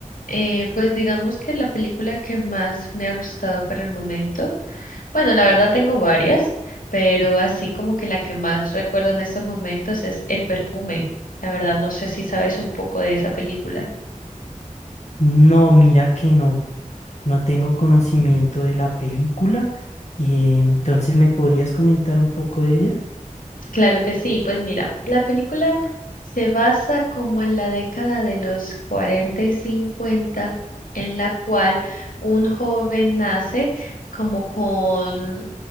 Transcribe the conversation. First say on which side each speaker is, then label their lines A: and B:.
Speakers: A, on the left; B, on the left.
A: Eh, pues digamos que la película que más me ha gustado por el momento, bueno, la verdad tengo varias, pero así como que la que más recuerdo en estos momentos es El perfume. La verdad no sé si sabes un poco de esa película.
B: No, mira que no. No tengo conocimiento de la película, eh, entonces me podrías comentar un poco de ella,
A: Claro que sí, pues mira, la película se basa como en la década de los 40 y 50, en la cual un joven nace como con